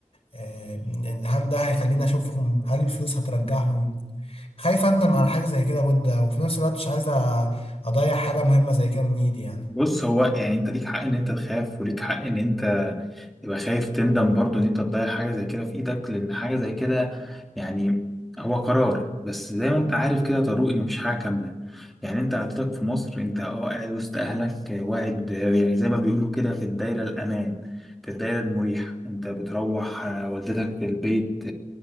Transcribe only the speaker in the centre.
بص هو يعني انت ليك حق ان انت تخاف وليك حق ان انت تبقى خايف تندم برضو ان انت تضيع حاجة زي كده في ايدك لان حاجة زي كده يعني هو قرار بس زي ما انت عارف كده يا طارق ان مفيش حاجة كاملة يعني انت قعدتك في مصر انت اه قاعد وسط اهلك اه، واعد اه، يعني زي ما بيقولوا كده في الدايرة الامان في الدايرة المريحة انت بتروح اه، والدتك في البيت